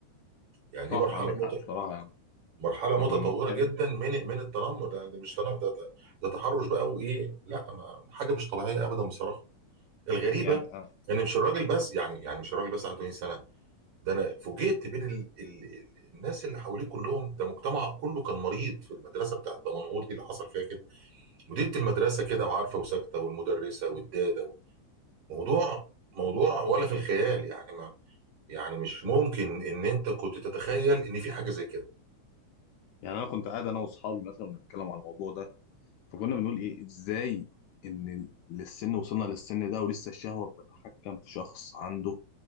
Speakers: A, on the right; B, on the left.
A: يعني
B: صح
A: دي مرحلة
B: عندك
A: بالظبط
B: حق بصراحة يعني
A: مرحله
B: احنا
A: متطوره
B: كنا بنتكلم
A: جدا من من التنمر ده ده مش تنمر ده ده تحرش بقى وايه لا ما حاجه مش طبيعيه ابدا بصراحه الغريبه
B: يعني آه،
A: ان مش الراجل بس يعني يعني مش الراجل بس عنده 80 سنه ده انا فوجئت بين ال ال ال الناس اللي حواليه كلهم ده مجتمع كله كان مريض في المدرسه بتاعت دمنهور دي اللي حصل فيها كده مديره المدرسه كده وعارفه وساكته والمدرسه والداده موضوع موضوع ولا في الخيال يعني ما يعني مش ممكن ان انت كنت تتخيل ان في حاجه زي كده
B: يعني أنا كنت قاعد أنا وأصحابي مثلا بنتكلم على الموضوع ده فكنا بنقول ايه ازاي ان ال- للسن وصلنا للسن ده ولسه الشهوة بتتحكم في شخص عنده